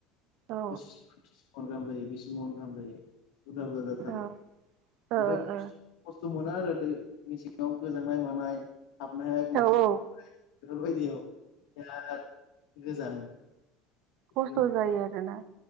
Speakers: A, on the right (about 50°); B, on the left (about 80°).
A: औ ओ
B: पसिस मन थ्रिस मन गाहाम जायो बिस मन गाहाम जायो बुरजा बुरजा जाथारो
A: ओ ओ
B: ओमफ्राय खस्थ'मोना आरो दै मेसेङाव गोजांनाय मानाय हाबनो हाया एखनबा
A: औ औ
B: बेफोरबायदियाव बिराद गोजाङो
A: खस्थ'
B: गोजां
A: जायो आरोना।